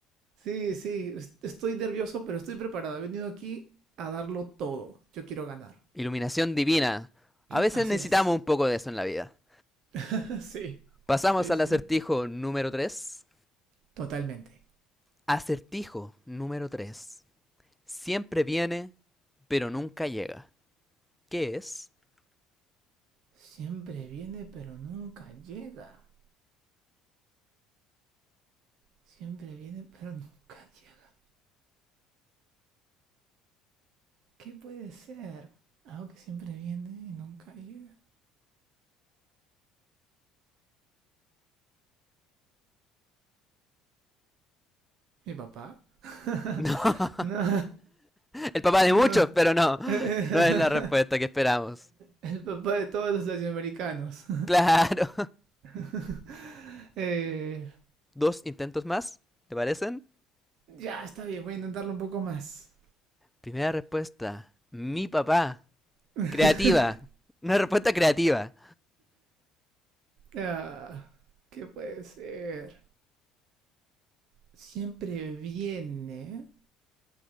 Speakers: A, on the right (about 55°); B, in the centre.
A: sí, sí, est- estoy nervioso, pero estoy preparado. He venido aquí a darlo todo. Yo quiero ganar.
B: Iluminación divina. A veces
A: Así
B: necesitamos
A: es.
B: un poco de eso en la vida.
A: <laughs> Sí,
B: Pasamos
A: sí,
B: al
A: sí.
B: acertijo número 3.
A: Totalmente.
B: Acertijo número 3. Siempre viene, pero nunca llega. ¿Qué es? <laughs>
A: Siempre viene, pero nunca llega. Siempre viene pero <laughs> nunca llega. ¿Qué puede ser? Algo que siempre viene y nunca llega. ¿Mi papá? <laughs>
B: No,
A: no,
B: el papá de
A: <laughs> no.
B: muchos, pero no.
A: <laughs>
B: No es la respuesta que esperamos.
A: El papá de todos los latinoamericanos.
B: <laughs> Claro.
A: <laughs> Eh,
B: Dos intentos más, ¿te parecen?
A: ya, está bien, voy a intentarlo un poco más.
B: Primera respuesta. Mi papá.
A: <laughs>
B: Creativa. Una respuesta creativa.
A: Ah, ¿Qué puede ser? Siempre viene,